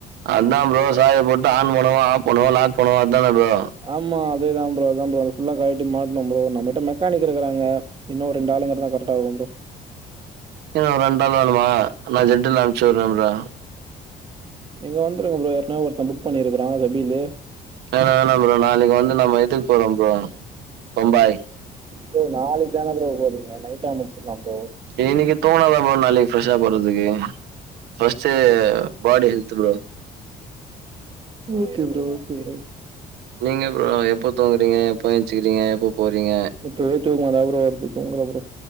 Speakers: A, on the right (about 75°); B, on the right (about 30°).
A: அதா ப்ரோ சாவி போட்டு ஆன் பன்ணுவோ ஆஃப் பன்ணுவோ லாக் பண்ணுவோ அதான ப்ரோ
B: ஆமா அதேதா ப்ரோ தா ப்ரோ ஃபுல்லா கழட்டி மாட்டுனோ ப்ரோ நம்மட்ட மெக்கானிக் இருக்கறாங்க இன்னு ரெண்டு ஆளுங்க இருந்தா கரட்டா இருக்கு ப்ரோ
A: இன்னு ரெண்டு நாள் வேணுமா நா ஜெட்டுல்ல அனுப்ச்சி விடுற ப்ரோ
B: நீங்க வந்துருங்க ப்ரோ ஏற்கனவே ஒருத்த புக் பண்ணிருக்குறா கெபிலு
A: வேணா வேணா ப்ரோ நாளைக்கு வந்து நம்ம இதுக் போறோம் ப்ரோ பம்பாய்.
B: ப்ரோ நாளைக்கு தான ப்ரோ போறீங்க நைட்டா முடிச்சில்லா ப்ரோ
A: இன்னைக்கு தோணாதா ப்ரோ நாளைக்கு ஃபரெஷ்ஷா போடுறதுக்கு first body health bro
B: okay bro okay bro
A: நீங்க ப்ரோ எப்ப தூங்குறீங்க எப்ப எஞ்சிக்கிறீங்க எப்ப போறீங்க
B: இப்பவே தூக்கமா தா ப்ரோ வருது தூங்கல ப்ரோ